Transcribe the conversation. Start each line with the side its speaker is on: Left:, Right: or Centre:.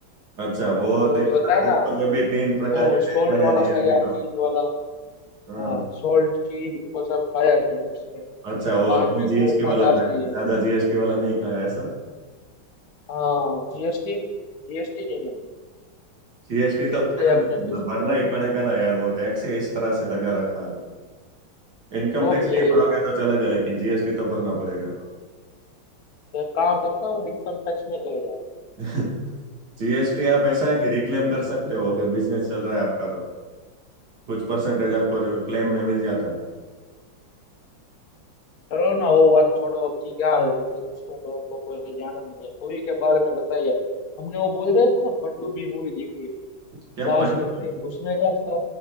Right: अच्छा वो
Left: वो
Right: देखो
Left: जो होता
Right: ना
Left: है
Right: बुक
Left: ना
Right: पर अभी तीन प्रकार
Left: वो
Right: के
Left: सॉल्ट
Right: टैक्स लगा
Left: वाला
Right: दिए
Left: खाया
Right: अभी
Left: चीज
Right: तो
Left: वाला
Right: हाँ
Left: हाँ सॉल्ट चीज वो सब खाया हमने मिक्स में
Right: अच्छा वो
Left: बाद
Right: तुम
Left: में
Right: जीएसटी
Left: कोक
Right: वाला
Left: का ग्लास
Right: खाया
Left: लिया
Right: ज्यादा जीएसटी वाला नहीं खाया ऐसा
Left: हाँ जीएसटी जीएसटी नहीं भरना
Right: जीएसटी
Left: क्यों
Right: तो क्या
Left: दे
Right: मैं
Left: अपने
Right: करना
Left: पैसे
Right: भरना
Left: गवर्नमेंट
Right: ही पड़ेगा
Left: को
Right: ना यार वो टैक्स ही इस तरह से लगा रखा है इनकम
Left: वो
Right: टैक्स
Left: भी
Right: नहीं
Left: है
Right: भरोगे
Left: यार
Right: तो चलेगा लेकिन जीएसटी तो भरना पड़ेगा
Left: एक काम करता हूँ इनकम टैक्स में चले जाते
Right: <laughs> जीएसटी आप ऐसा है कि रिक्लेम कर सकते हो अगर बिजनेस चल रहा है आपका तो कुछ परसेंटेज आपको क्लेम में मिल जाता है
Left: चलो ना वो बात छोड़ो अब ठीक क्या है क्योंकि उसमें तो आपको कोई जाना नहीं है मूवी के बारे में बताइए हमने वो बोल रहे थे ना पनडुब्बी मूवी देखी है
Right: क्या
Left: बाजी
Right: पंडित
Left: अटैक
Right: हो?
Left: उसमें क्या था